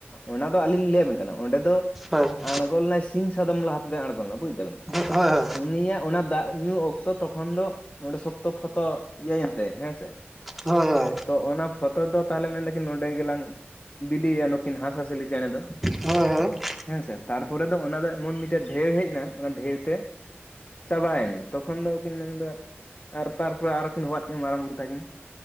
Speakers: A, on the left (about 40°); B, in the centre.
A: ᱚᱱᱟ ᱫᱚ ᱟᱹᱞᱤᱧ ᱞᱤᱧ ᱞᱟᱭᱟ ᱵᱮᱱ ᱠᱟᱱᱟ ᱚᱸᱰᱮ ᱫᱚ
B: <unintelligible>
A: ᱟᱲᱜᱚ ᱞᱮᱱᱟᱭ ᱥᱤᱝ ᱥᱟᱫᱚᱢ ᱞᱟᱦᱟ ᱛᱮᱫᱚᱭ ᱟᱲᱜᱚ ᱞᱮᱱᱟ ᱵᱩᱡ ᱫᱟᱵᱮᱱ᱾
B: <inaudible> ᱦᱳᱭ ᱦᱳᱭ
A: ᱩᱱᱤᱭᱟᱜ ᱚᱱᱟ ᱫᱟᱜ ᱧᱩ ᱚᱠᱛᱚ ᱛᱚᱠᱷᱚᱱ ᱫᱚ ᱚᱸᱰᱮ ᱥᱚᱠᱛᱚ ᱯᱷᱚᱛᱚ ᱤᱭᱟᱹ ᱭᱮᱱ ᱛᱟᱭᱟ ᱦᱮᱸ ᱥᱮ᱾
B: ᱦᱳᱭ ᱦᱳᱭ ᱦᱳᱭ
A: ᱛᱚ ᱚᱱᱟ ᱯᱷᱚᱛᱚ ᱫᱚ ᱛᱟᱦᱚᱞᱮ ᱢᱮᱱ ᱫᱟᱠᱤᱱ ᱱᱚᱸᱰᱮ ᱜᱮᱞᱟᱝ ᱵᱤᱞᱭᱟ ᱱᱩᱠᱤᱱ ᱦᱟᱥ-ᱦᱟᱹᱥᱤᱞᱤ ᱪᱮᱸᱬᱮ ᱫᱚ᱾
B: ᱦᱳᱭ ᱦᱳᱭ
A: ᱦᱮᱸ ᱥᱮ ᱛᱟᱨᱯᱚᱨᱮ ᱫᱚ ᱚᱱᱟ ᱫᱚ ᱮᱢᱚᱱ ᱢᱤᱴᱮᱜ ᱰᱷᱮᱣ ᱦᱮᱡᱱᱟ ᱚᱱᱟ ᱰᱷᱮᱣ ᱛᱮ ᱪᱟᱵᱟᱭᱮᱱᱟ ᱛᱚᱠᱷᱚᱱ ᱫᱚ ᱠᱤᱱ ᱢᱮᱱᱫᱟ ᱟᱨ ᱛᱟᱨᱯᱚᱨᱮ ᱟᱨᱚ ᱠᱤᱱ ᱦᱚᱦᱟᱫ ᱠᱤᱱᱟ ᱢᱟᱨᱟᱝ ᱵᱩᱨᱩ ᱛᱟᱹᱠᱤᱱ ᱾